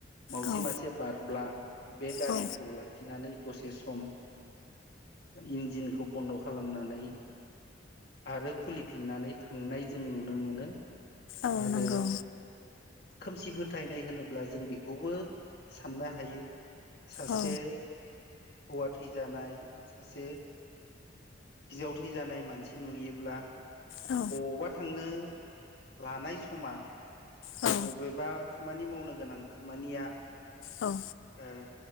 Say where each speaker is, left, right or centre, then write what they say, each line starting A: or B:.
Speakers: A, on the left; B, on the left.
A: मावजि
B: औ।
A: मासे बारब्ला बे गारिखौ
B: औ
A: लाखिनानै दसे सम। इन्जिनखौ बन्द' खालामनानै। आरो खुलिफिननानै थांनाय जों नुनो मोनो।
B: औ
A: आरो।
B: नंगौ
A: खोमसि फोथायनाय होनोब्ला जों बेखौबो साननो हायो। सासे
B: औ
A: हौवा थैजानाय सासे। हिनजाव थैजानाय मानसि नुयोब्ला।
B: औ
A: बबावबा थांनो लानाय समा बा
B: औ।
A: बबेबा। खामानि मावनो गोनां खामानिया
B: औ
A: ओ।